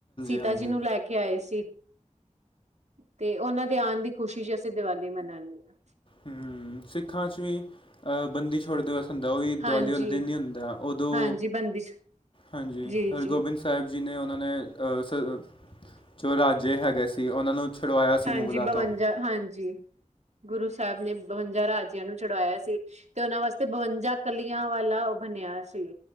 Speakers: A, on the right; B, on the left.
A: ਸੀਤਾ
B: ਹਾਂਜੀ
A: ਜੀ ਨੂੰ ਲੈ ਕੇ ਆਏ ਸੀ। ਤੇ ਓਨਾਂ ਦੇ ਆਨ ਦੀ ਖੁਸ਼ੀ ਚ ਅਸੀ ਦਵਾਲੀ ਮਨਾਨੇ ਆਂ।
B: ਹੂੰ, ਸਿੱਖਾ ਚ ਵੀ ਅ‌ ਬੰਦਿਛੋ <unintelligible> ਦਿਵਸ ਹੁੰਦਾ ਓਈ
A: ਹਾਂਜੀ,
B: ਦਵਾਲੀ ਵਾਲੇ ਦਿਨ ਈ ਹੁੰਦਾ ਓਦੋਂ
A: ਹਾਂਜੀ ਬੰਦਿਸ਼
B: ਹਾਂਜੀ,
A: ਜੀ,
B: ਹਰਗੋਬਿੰਦ
A: ਜੀ
B: ਸਾਹੇਬ ਜੀ ਨੇ ਓਨਾ ਨੇ ਅ ਸ ਜੋ ਰਾਜੇ ਹੈਗੇ ਸੀ ਓਨਾਂ ਨੂੰ ਛੁਡਵਾਇਆ ਸੀ
A: ਹਾਂਜੀ,
B: ਮੁਗਲਾਂ
A: ਬਵੰਜਾ
B: ਤੋਂ
A: ਹਾਂਜੀ, ਗੁਰੂ ਸ ਸਾਬ ਨੇ ਬਵੰਜਾ ਰਾਜੇਆਂ ਨੂੰ ਛੂੜਾਏਆ ਸੀ, ਤੇ ਓਨਾਂ ਵਾਸਤੇ ਬਵੰਜਾ ਕਲੀਆਂ ਵਾਲਾ ਬਨੇਆ ਸੀ।